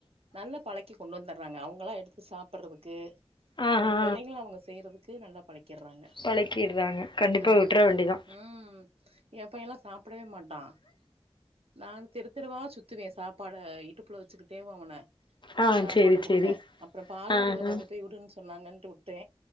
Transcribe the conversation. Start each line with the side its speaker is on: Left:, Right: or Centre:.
Right: நல்லா பழக்கி கொண்டு வந்துராறாங்க அவுங்களா எடுத்து சாப்புட்றதுக்கு
Left: ஆ
Right: அவுங்க
Left: ஆ
Right: வேலைகள அவுங்க செய்யறதுக்கு நல்லாப் பழக்கிறாங்க
Left: பழக்கிடுறாங்க கண்டிப்பா
Right: ஆமா
Left: விட்ற வேண்டிதா
Right: ம் எ பையலா சாப் டவே மாட்டா நானு தெரு தெருவா சுத் துவே சாப்பாட இடுப்புல வெச்சுக்கிட்டேவு அவன
Left: ஆ
Right: சாப்பாடு
Left: சேரி சேரி
Right: ஊட்ட அப்ற பால்வாடில
Left: ஆ ஆ
Right: கொண்டு போய் விடுன்னு சொன்னாங்கன்ட்டு விட்டே